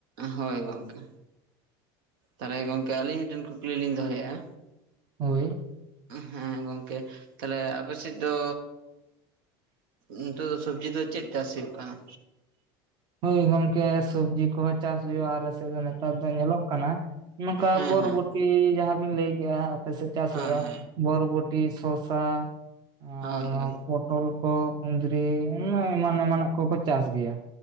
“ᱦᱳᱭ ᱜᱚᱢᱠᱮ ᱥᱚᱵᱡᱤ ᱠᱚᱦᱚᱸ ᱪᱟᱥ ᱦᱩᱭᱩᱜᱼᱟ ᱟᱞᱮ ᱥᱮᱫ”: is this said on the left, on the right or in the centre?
Right